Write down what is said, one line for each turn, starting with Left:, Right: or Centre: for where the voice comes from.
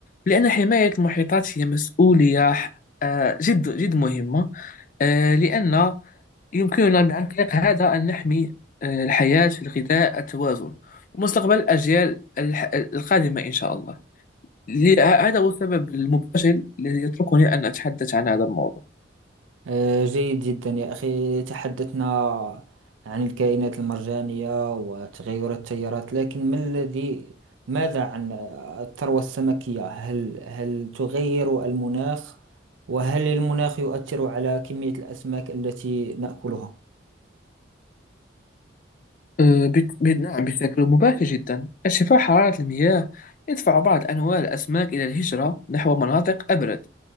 Left: لأن حماية المحيطات هي مسؤولية آه، جد جد مهمة آه، لأن يمكننا عن طريق هذا أن نحمي آه، الحياة الغذاء التوازن ومستقبل الأجيال الح- القادمة إن شاء الله ل- هذا هو السبب المباشر الذي يتركني أن أتحدث عن هذا الموضوع
Right: آه، جيد جدا يا أخي تحدثنا عن الكائنات المرجانية وتغير التيارات لكن ما الذي ماذا عن آه، الثروة السمكية هل هل تغير المناخ وهل المناخ يؤثر على كمية الأسماك التي نأكلها
Left: آه، بت- ب- نعم بشكل مباشر جدا ارتفاع حرارة المياه يدفع بعض أنواع الأسماك إلى الهجرة نحو مناطق أبرد